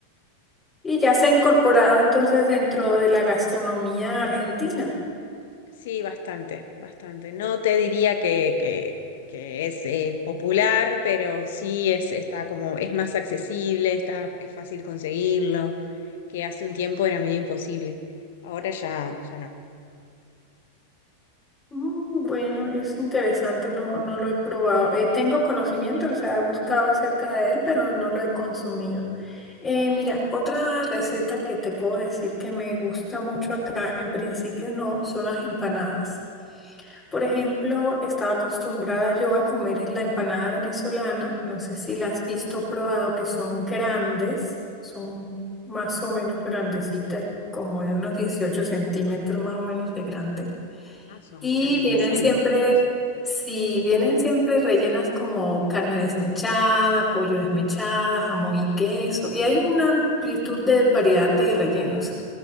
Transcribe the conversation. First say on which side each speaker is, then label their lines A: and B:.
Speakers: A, on the left (about 15°); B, on the left (about 55°).
A: Y ya se ha incorporado entonces dentro de la gastronomía argentina.
B: Sí, bastante, bastante. No te diría que, que, que es eh, popular, pero sí es, está como, es más accesible, está, es fácil conseguirlo, que hace un tiempo era medio imposible. Ahora ya, ya no.
A: Mm, bueno, es interesante, no, no lo he probado. Eh, tengo conocimiento, o sea, he buscado acerca de él, pero no lo he consumido. Eh, mira, otra receta que te puedo decir que me gusta mucho acá, en principio no, son las empanadas. Por ejemplo, estaba acostumbrada yo a comer la empanada venezolana, no sé si la has visto o probado, que son grandes, son más o menos grandecitas, como de unos 18 centímetros más o menos de grande.
B: Ah, son
A: Y
B: grandes,
A: vienen
B: en serio.
A: siempre,
B: <laughs>
A: si vienen siempre rellenas como carne desmechada, pollo desmechada, jamón y queso, y hay una amplitud de variedad de rellenos.